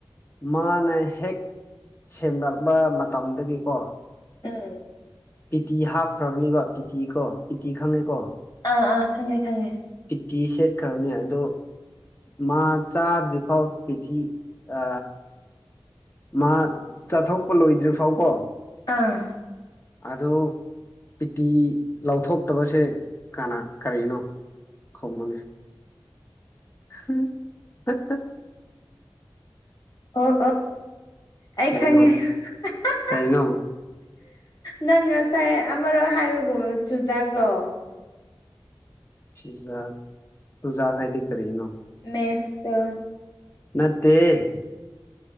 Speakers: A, on the left; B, on the left.
A: ꯃꯥꯅ ꯍꯦꯛ ꯁꯦꯝꯂꯛꯄ ꯃꯇꯝꯗꯒꯤꯀꯣ
B: ꯎꯝ
A: ꯄꯤꯇꯤ ꯍꯥꯞꯈ꯭ꯔꯕꯅꯦꯕ ꯄꯤꯇꯤ ꯀꯣ ꯄꯤꯇꯤ ꯈꯪꯉꯦꯀꯣ
B: ꯑꯥ ꯑꯥ ꯈꯪꯉꯦ ꯈꯪꯉꯦ
A: ꯄꯤꯠꯇꯤ ꯁꯦꯠꯈ꯭ꯔꯕꯅꯦ ꯑꯗꯣ ꯃꯥ ꯆꯥꯗ꯭ꯔꯤ ꯐꯥꯎ ꯄꯤꯊꯤ ꯑ ꯃꯥ ꯆꯠꯊꯣꯛꯄ ꯂꯣꯏꯗ꯭ꯔꯤ ꯐꯥꯎꯀꯣ
B: ꯑꯥ
A: ꯑꯗꯣ ꯄꯤꯇꯤ ꯂꯧꯊꯣꯛꯇꯕꯁꯦ ꯀꯅꯥ ꯀꯔꯤꯅꯣ ꯈꯨꯝꯃꯣꯅꯦ <unintelligible>
B: ꯑꯣ ꯑꯩ
A: ꯀꯩꯅꯣ
B: ꯈꯪꯉꯦ ꯍꯥ ꯍꯥ
A: ꯀꯩꯅꯣ
B: ꯅꯪ ꯉꯁꯥꯏ ꯑꯃꯔꯛ ꯍꯥꯏꯕꯒꯨꯝꯕ ꯆꯨꯖꯥꯛꯂꯣ
A: ꯆꯤꯖꯥꯛ ꯆꯨꯖꯥꯛ ꯍꯥꯏꯗꯤ ꯀꯔꯤꯅꯣ
B: ꯃꯦꯁꯇ
A: ꯅꯠꯇꯦꯌꯦ